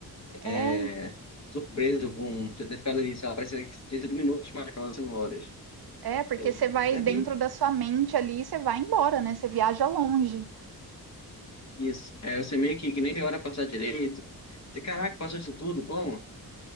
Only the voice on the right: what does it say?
É
É, porque
você vai
dentro
da sua mente ali e você vai embora, né? Você viaja longe.